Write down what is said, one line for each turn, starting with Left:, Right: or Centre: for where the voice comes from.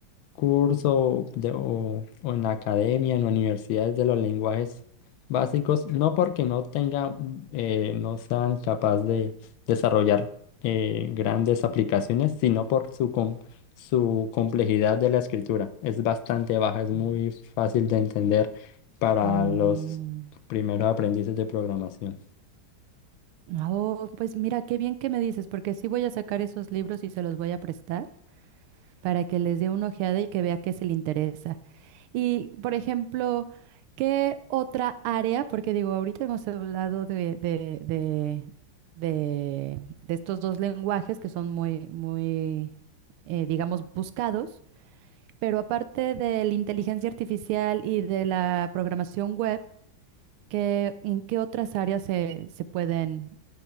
Left: curso de- o, o en la academia, en universidades de los lenguajes básicos, no porque no tenga, eh, no sean capaz de desarrollar eh, grandes aplicaciones, sino por su, com- su complejidad de la escritura. Es bastante baja, es muy
Right: Mm.
Left: fácil de entender para
Right: Mm,
Left: los primeros aprendices de programación.
Right: Oh, pues mira, qué bien que me dices, porque sí voy a sacar esos libros y se los voy a prestar para que les dé una ojeada y que vea qué se le interesa. Y, por ejemplo, ¿qué otra área? Porque digo, ahorita hemos hablado de, de, de, de, de estos dos lenguajes que son muy, muy, eh, digamos, buscados, pero aparte de la inteligencia artificial y de la programación web, ¿qué, en qué otras áreas se, se pueden,